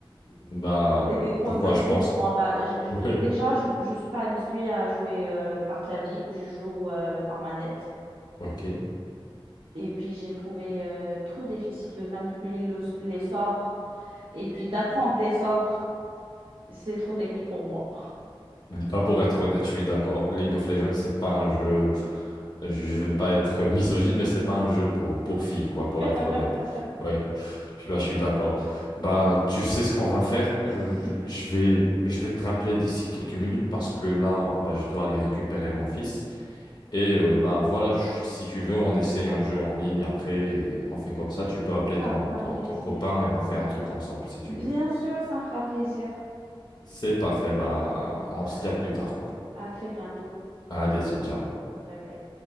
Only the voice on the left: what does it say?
Bah,
euh,
pourquoi
je
pense?
<laughs>
Ouais.
Ok.
Bah, pour être honnête, je suis d'accord. League of Legends, c'est pas un jeu. Je je veux pas être misogyne, mais c'est pas un jeu pour, pour filles, quoi, pour
être honnête. Ouais. Je, bah, je suis d'accord. Bah, tu sais ce qu'on va faire. Euh,
Je, vais, je vais te rappeler d'ici quelques minutes parce que là, bah, je dois aller récupérer mon fils. Et euh, bah, voilà, je- si tu veux, on essaie un jeu en ligne après et on fait comme ça. Tu peux appeler
ton,
ton,
ton copain et on fait un truc ensemble si tu
veux.
C'est parfait. Bah, on
se dit à plus tard, quoi.
Allez, ciao, ciao.